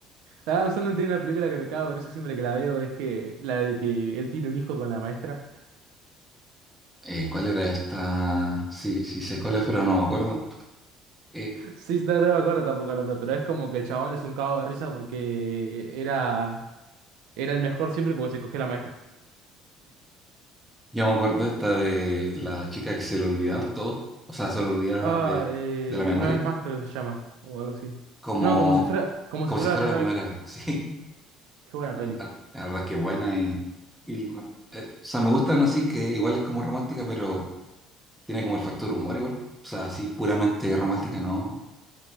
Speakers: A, on the right; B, in the centre.
A: Adam Sandler tiene una película que me cago, por eso siempre que la veo es que la de que él tiene un hijo con la maestra. <laughs>
B: Eh, ¿cuál era esta? Sí, sí sé cuál es, pero no me acuerdo. Eh,
A: Sí, no, no me acuerdo tampoco el nombre, pero es como que el chabón es un cago de risa porque era, era el mejor siempre porque se cogió la maestra.
B: yo me acuerdo esta de la chica que se le olvidaba todo, o sea, se le olvidaba
A: Ah,
B: de,
A: eh,
B: de la memoria,
A: una vez más creo que se llama, o algo así.
B: como,
A: No, como si fuera, como
B: como
A: si fuera
B: si fuera
A: la primera
B: la primera
A: vez.
B: vez. <laughs> Sí,
A: Qué buena
B: la,
A: peli.
B: la verdad es que es buena y, y ma- eh, o sea, me gustan así que igual es como romántica, pero tiene como el factor humor igual. O sea, así puramente romántica, no,